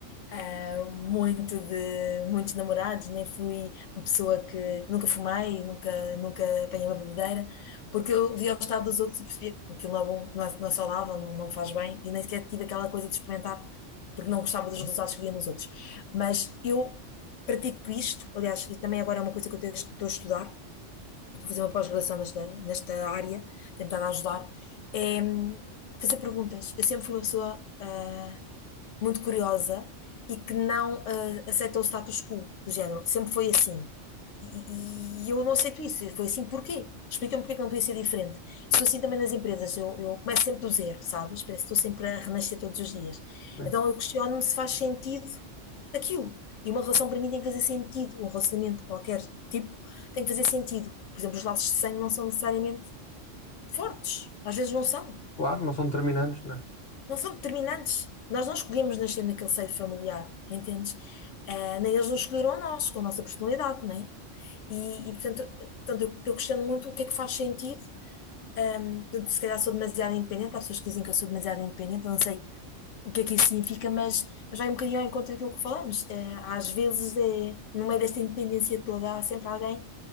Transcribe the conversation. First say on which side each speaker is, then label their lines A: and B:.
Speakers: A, on the left; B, on the left.
A: ah, muito de muitos namorados, nem fui uma pessoa que nunca fumei, nunca, nunca apanhei uma bebedeira. Porque eu via o estado dos outros e percebia que aquilo não é bom, não é, não é saudável, não, não faz bem, e nem sequer tive aquela coisa de experimentar, porque não gostava dos resultados que via nos outros. Mas eu pratico isto, aliás, eu também agora é uma coisa que eu te- estou a estudar, estou a fazer uma pós-graduação nesta, nesta área, tenho estado a ajudar, é hum, fazer perguntas. Eu sempre fui uma pessoa ah, muito curiosa e que não ah, aceita o status quo do género. Sempre foi assim. E, e eu não aceito isso. Foi assim porquê? Explica-me porquê que não podia ser diferente. E sou assim também nas empresas. Eu, eu começo sempre do zero, sabes? Parece que estou sempre a renascer todos os dias.
B: sim.
A: Então eu questiono-me se faz sentido aquilo. E uma relação para mim tem que fazer sentido. Um relacionamento de qualquer tipo tem que fazer sentido. Por exemplo, os laços de sangue não são necessariamente fortes. Às vezes não são
B: Claro, não são determinantes, né?
A: não são determinantes. Nós não escolhemos nascer naquele seio familiar, entendes? Ah, nem eles nos escolheram a nós, com a nossa personalidade, não é? E, e, portanto, portanto eu, eu questiono muito o que é que faz sentido. Ahm, portanto, se calhar sou demasiado independente, há pessoas que dizem que eu sou demasiado independente, eu não sei o que é que isso significa, mas, mas vai um bocadinho ao encontro daquilo que falamos. Ah, às vezes, é, no meio desta independência toda, há sempre alguém